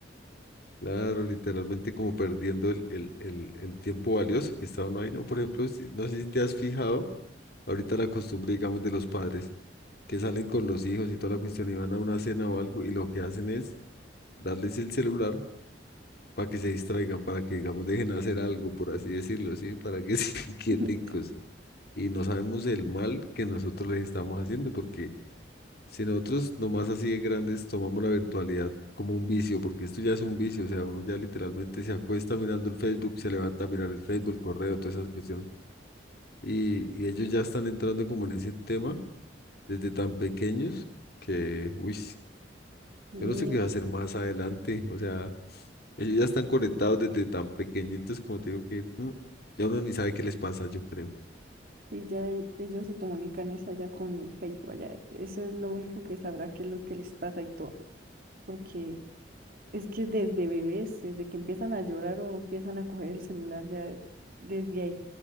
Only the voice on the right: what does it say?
<laughs> Sí.
Y,
y ya e- ellos se comunican es allá con el Facebook, allá. Eso es lo único que sabrá qué es lo que les pasa y todo. Porque es que desde bebés, desde que empiezan a llorar o empiezan a coger el celular, ya desde ahí